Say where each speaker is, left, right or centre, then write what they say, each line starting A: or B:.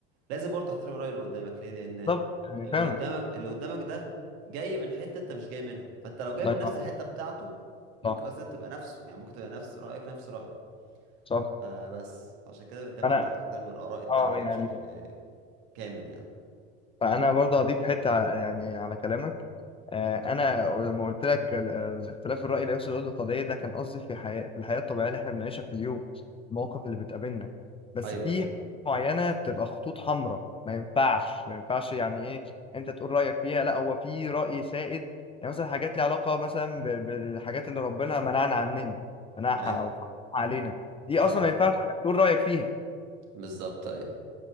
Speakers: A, on the right; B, on the left.
A: لازم برضه تحترم الرأي اللي قدامك ليه لان
B: بالظبط يعني
A: اللي
B: فعلا
A: قدامك اللي قدامك ده جاي من حتة انت مش جاي منها فانت لو جاي
B: الله
A: من
B: يبارك
A: نفس الحتة بتاعته ممكن
B: صح
A: اصلا تبقى نفسه يعني ممكن تبقى نفس رأيك نفس رأيه
B: صح
A: فبس عشان كده بقيت دايما
B: انا
A: لا احترم الآراء التانية
B: اه يعني
A: بشكل كامل يعني
B: فانا برضه هضيف حته ع- يعني على كلامك آه، انا لما قلت لك ال- ال- اختلاف الراي لا يفسد الود قضيه ده كان قصدي في حياة في الحياه الطبيعيه اللي احنا بنعيشها في اليوم المواقف اللي بتقابلنا بس
A: ايوه
B: في
A: ايوه طبعا
B: معينه بتبقى خطوط حمراء ما ينفعش ما ينفعش يعني ايه انت تقول رايك فيها لا هو في راي سائد يعني مثلا حاجات ليها علاقه مثلا ب- بالحاجات اللي ربنا منعنا عننا منعها
A: ايوه
B: او حرمها علينا دي
A: طيب
B: اصلا ما ينفعش انك تقول رايك فيها
A: بالظبط ايوه